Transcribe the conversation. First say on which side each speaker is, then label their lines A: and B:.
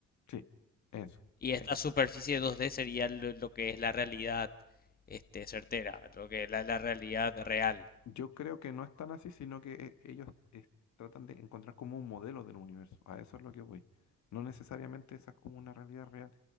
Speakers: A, on the left; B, on the left.
A: sí, eso.
B: Y Sí. esta superficie 2D sería lo, lo que es la realidad este, certera, lo que es la, la realidad real.
A: Yo creo que no es tan así, sino que eh, ellos eh, tratan de encontrar como un modelo del universo. A eso es lo que voy. No necesariamente esa es como una realidad real.